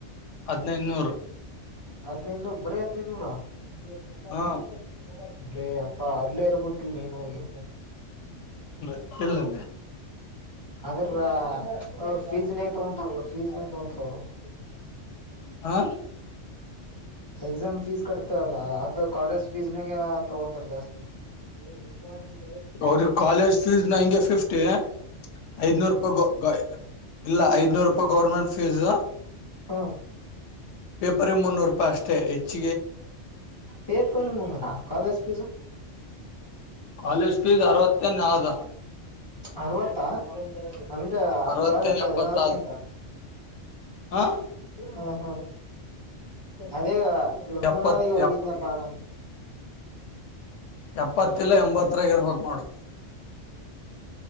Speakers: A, on the left; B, on the left.
A: ಹದ್ ನೈನೂರು
B: ಹದ್ ನೈನೂರು ಬರೀ ಹದ್ ನೈನೂರಾ ಒ ಎಲ್ಲ
A: ಹಾ
B: ಮನೆ ಚ ಅಲ್ಲೇ ಅಪ್ಪ ಅಲ್ಲೇ ಇರ್ಬೇಕಲ್ ನೀನು ಹೋಗಿ
A: ಗೊತ್ತಿಲ್ಲದೆ
B: ಅ್ರ ಅವ್ರ ಫೀಸ್ ನ ತಗೊಂತಾರಲ್ಲ ಫೀಸ್ ನೀ ತಗಂತರ ಅವರು ಹ
A: ಹಾ
B: ಎಕ್ಸಾಮ್ ಫೀಸ್ ಕಟ್ತವಲ್ಲ ಅದು ಕಾಲೇಜ್ ಪಿಜ್ಜಾಗೆ ತಗೊಂಡ್ ಹ
A: ಅವ್ರ ಕಾಲೇಜ್ ಫೀಸ್ ನ ಹಂಗೆ ಫಿಫ್ಟಿ ಐದ್ನೂರು ರೂಪಾಯಿ ಇಲ್ಲ ಐದನೂರು ರೂಪಾಯಿ ಗೌರ್ಮೆಂಟ್ ಫೀಸ್
B: ಹಾ
A: ಪೇಪರಿ ಮುನ್ನೂರು ಪಷ್ಟೆ ಇಚ್ಛೆ
B: ಪೇಪರು ಮೂನ್ನೂರಾ ಕಾಲೇಜ್ ಫೀಸ್
A: ಕಾಲೇಜ್ ಫೀಸ್ ಅರವತ್ತೇನ್ ಆದ
B: ಅರವತ್ತ ಅಂದ್ರೆ ಹತ್
A: ಅರವತ್ತೇನ್
B: ಸಾವಿರ ಹೆಚ್ಚ
A: ಎಪ್ಪತ್ತ
B: ದನಾದ್ರಗಿಂತ
A: ಆದ ಹ
B: ಹ ಹ ಅದೇ ಲಕ್ಣಗೆ
A: ಎಪ್ಪತ್
B: ಹೋಗಿದ್ನಪ್ಪ
A: ಎಪ್ಪ
B: ನಾನು
A: ಎಪ್ಪತ್ತಲ್ಲ ಎಂಬತ್ತರಗ ಇರ್ಬೇಕಕ್ ನೋಡು